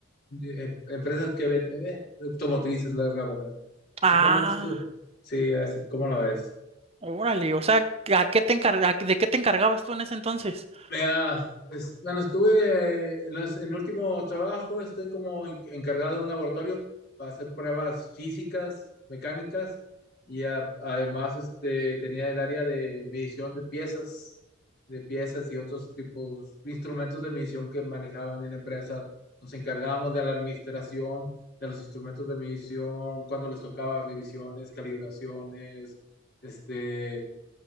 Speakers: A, on the left; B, on the right.
A: em, empresas que ven- eh, automotrices, la, la verdad. Principalmente
B: Ah,
A: estuve, sí, así, ¿cómo lo ves?
B: órale, o sea, ¿a qué te encar- a- de qué te encargabas tú en ese entonces?
A: Vea, es- bueno, estuve eh, en las- en el último trabajo, estoy como en- encargado de un laboratorio para hacer pruebas físicas, mecánicas, y a- además este, tenía el área de medición de piezas, de piezas y otros tipos de instrumentos de medición que manejaban en la empresa. Nos encargábamos de la administración de los instrumentos de medición, cuando les tocaba revisiones, calibraciones, este